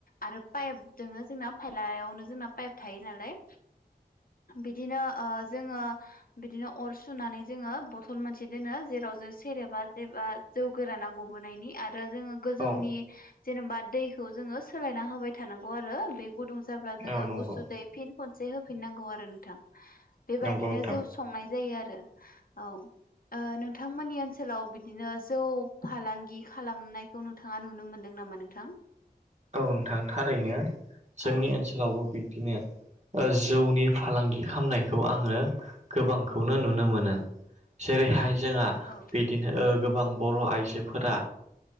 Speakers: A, on the left; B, on the right.
A: आरो पाइप दोङो जोंना लायावनो जोंना पाइप थायो नालाय बिदिनो जोङो बिदिनो अर सुनानै जोङो बथल मोनसे दोनो जेराव जों सेरेबा जेबा जौ गोरान ना गबोनायनि आरो आरो जोङो गोजौनि
B: औ
A: जेनेबा दैखौ जोङो सोलायना होबाय थानांगौ आरो बे गुदुं जाब्ला जोङो
B: औ नंगौ
A: गुसु फिन खनसे होफिनांगौ आरो नोंथां।
B: नंगौ
A: बिदिनो
B: नोंथां
A: जौ संनाय जायो आरो औ नोंथांमोननि ओनसोलाव बिदिनो जौ फालांगि खालामनायखौ नोंथाङा नुनो मोनदों। नामा नोंथां?
B: औ नोंथां थारैनो जोंनि
A: औ
B: ओनसोलावबो बिब्दिनो जौनि फालांगि खालामनायखौ
A: औ
B: आङो गोबांखौनो नुनो मोनो। जेरैहाय जोंहा
A: औ
B: बिदिनो गोबां बर' आइजोफोरा